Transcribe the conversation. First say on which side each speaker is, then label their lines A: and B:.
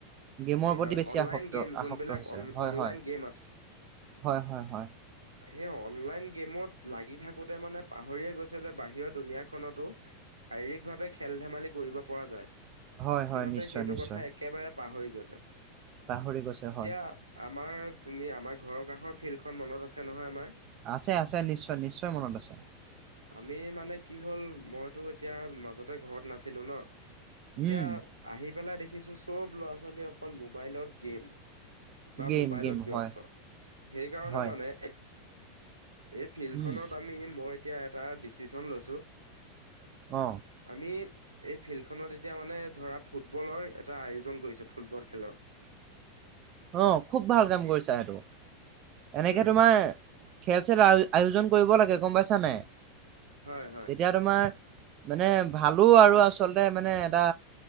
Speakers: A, on the right (about 35°); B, on the right (about 85°).
A: গে'মৰ
B: হয়
A: প্ৰতি বেছি
B: অনলাইন
A: আসক্ত
B: গেম যোনবিলাক
A: আসক্ত হৈছে
B: অন
A: হয়
B: অনলাইন
A: হয়।
B: গেম
A: হয়', হয়', হয়'।
B: এই অনলাইন গেমত লাগি থাকোতে মানে পাহৰিয়ে গৈছে, যে বাহিৰৰ দুুনীয়া খনতো। শাৰীৰিক ভাৱে খেল ধেমালি কৰিব পৰা যায়।
A: হয়
B: সিহঁতে
A: হয় নিশ্চয়
B: সেইটো
A: নিশ্চয়
B: কথা একেবাৰে পাহৰি গৈছে
A: পাহৰি গৈছে
B: এতিয়া।
A: হয়
B: আমাৰ তুমি আমাৰ ঘৰৰ কাষৰ ফিল্ডখন মনত আছে নহয় আমাৰ।
A: আছে আছে নিশ্চয় নিশ্চয় মনত আছে।
B: আমি মানে কি হ'ল মইতো এতিয়া মাজতে ঘৰত নাছিলো ন। এতিয়া
A: উম
B: আহি পেলাই দেখিছো চব ল'ৰা -ছোৱালী অকল মোবাইলত গেম। বা
A: গেম
B: মোবাইলত
A: গেম
B: ব্যস্ত
A: হয়
B: সেইকাৰণে
A: হয়
B: মানে। এই ফিল্ডখনত
A: উম
B: আমি মই এতিয়া এটা ডিচিশন লৈছোঁ।
A: অ',
B: আমি এই ফিল্ড খনত। এতিয়া মানে ধৰা ফুটবলৰ এটা আয়োজন কৰিছে ফুটবল খেলৰ।
A: অ', খুব ভাল কাম কৰিছা সেইটো। এনেকে
B: উম,
A: তোমাৰ খেল চেল আয়োজন কৰিব লাগে, গম পাইছা নাই। তেতিয়া
B: হয় হয়,
A: তোমাৰ মানে ভালো, আৰু আচলতে মানে এটা